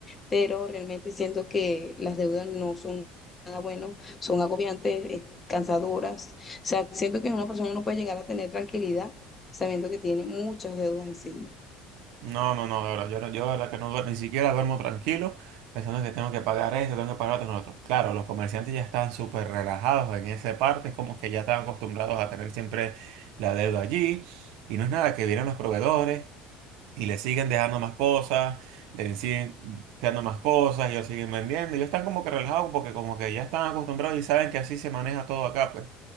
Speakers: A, on the left; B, on the right.
A: Pero realmente siento que las deudas no son nada bueno, son agobiantes, eh, cansadoras. O sea, siento que una persona no puede llegar a tener tranquilidad sabiendo que tiene muchas deudas encima.
B: no, no, no, de verdad, yo, no- yo de verdad que no duermo, ni siquiera duermo tranquilo pensando que tengo que pagar esto, tengo que pagar otro, no, otro. Claro, los comerciantes ya están súper relajados en esa parte, es como que ya están acostumbrados a tener siempre la deuda allí y no es nada que vienen los proveedores. Y le siguen dejando más cosas, le siguen dejando más cosas, ellos siguen vendiendo. Ellos están como que relajados porque como que ya están acostumbrados y saben que así se maneja todo acá, pues.